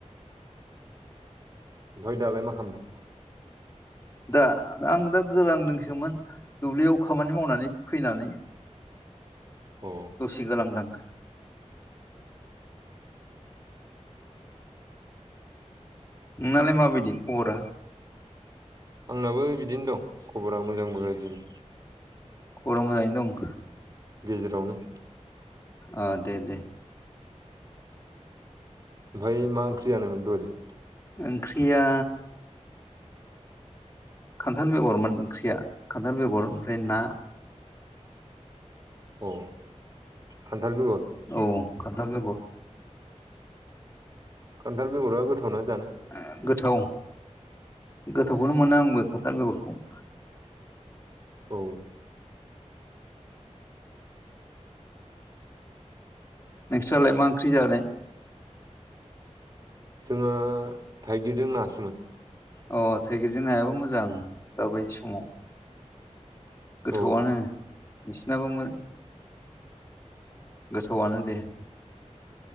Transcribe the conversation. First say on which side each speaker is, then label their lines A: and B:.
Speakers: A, on the right (about 35°); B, on the left (about 25°).
A: ओमफ्राय दालाय मा खालामदों?
B: दा आं दा गोरांदोंसोमोन दुब्लियाव खामानि मावनानै फैनानै
A: अ
B: दसे गोलांदां नोंनालाय माबायदि खबरा
A: आंनाबो बिदिनो दं खबरा मोजांबो गाज्रिबो
B: खबरा मोजाङैनो दं
A: गेजेरावनो
B: अ दे-दे
A: ओमफ्राय मा ओंख्रि जानायमोन दहायलाय
B: ओंख्रिया खान्थाल बेगरमोन ओंख्रिया खान्थाल बेगर ओमफ्राय ना
A: अ खान्थाल बेगर
B: औ खान्थाल बेगर
A: खान्थाल बेगरा गोथावना जानो
B: ओ गोथाव गोथावखौनो मोनो आंबो खान्थाल बेगरखौ
A: औ
B: नोंस्रालाय मा ओंख्रि जानाय
A: जोङो थाइगिरजों नासोमोन
B: अ थाइगिरजों नायाबो मोजां दाबायदि समाव गोथावआनो
A: औ
B: नोंसिनाबो मो गोथावआनो दे